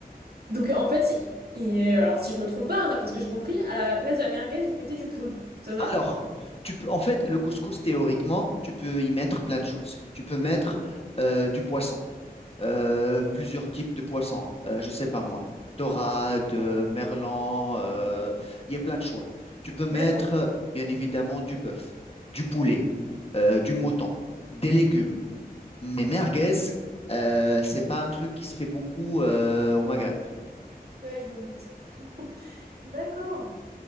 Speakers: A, on the right; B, on the left.
A: Donc en fait, il- il- alors si je me trompe pas, hein, d'après ce que j'ai compris, à la place de la merguez, vous mettez du poulpe, c'est ça?
B: Alors, tu peux, en fait, le couscous, théoriquement, tu peux y mettre plein de choses. Tu peux mettre euh, du poisson, euh, plusieurs types de poissons, euh, je sais pas moi, dorade, euh, merlan, euh, il y a plein de choix. Tu peux mettre,
A: D'accord.
B: euh, bien évidemment, du bœuf, du poulet, euh, du mouton, des légumes. Mais merguez, euh, c'est pas un truc qui se fait beaucoup euh, au Maghreb.
A: Ouais, je me doute. <laughs> D'accord.